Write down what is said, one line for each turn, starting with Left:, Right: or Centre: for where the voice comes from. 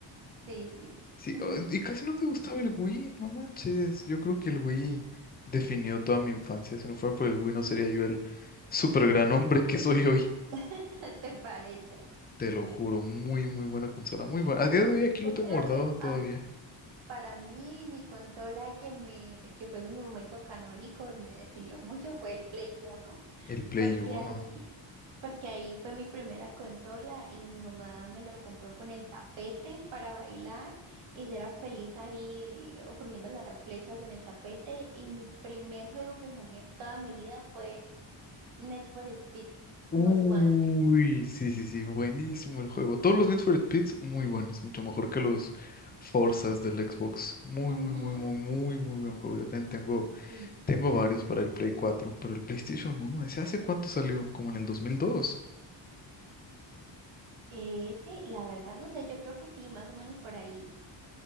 Right: Sí, sí.
Left: Sí,
Right: Ujú.
Left: oh, y casi no te gustaba el Wii. No manches. Yo creo que el Wii definió toda mi infancia. Si no fuera por el Wii, no sería yo el super gran hombre que soy hoy.
Right: <laughs> ¿Te parece?
Left: Te lo juro. Muy, muy buena consola. Muy buena. A día de hoy aquí lo
Right: Yo
Left: tengo
Right: creo
Left: guardado
Right: que
Left: todavía.
Right: a- Para mí, mi consola que me, que fue mi momento canónico y me definió mucho fue el Play Uno,
Left: El Play
Right: porque
Left: Uno.
Right: ahí, porque ahí fue mi primera consola y mi mamá me lo compró con el tapete para bailar y yo era feliz ahí eh, oprimiendo las flechas en el tapete y mi primer juego que jugué en toda mi vida fue Need for Speed
Left: Uy,
Right: Most Wanted.
Left: sí, sí, sí, buenísimo el juego. Todos los Need for Speeds muy buenos, mucho mejor que los Forzas del Xbox. Muy,
Right: Ujú,
Left: muy, muy, muy, muy, muy buen juego. Yo también tengo,
Right: sí.
Left: tengo varios para el Play 4, pero el PlayStation uno, ¿ese hace cuánto salió? Como en el 2002.
Right: Ese, la verdad, no sé, yo creo que sí, más o menos por ahí.